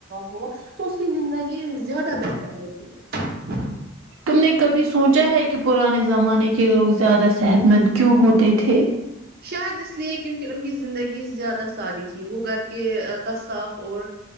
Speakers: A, on the right; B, on the right.
A: ہو تو اس کی زندگی زیادہ بہتر ہوتی ہے
B: تم نے کبھی سوچا ہے کہ پرانے زمانے کے لوگ زیادہ صحت مند کیوں ہوتے تھے
A: شاید اس لیے کیونکہ ان کی زندگی زیادہ سادی تھی وہ گھر کے کا صاف اور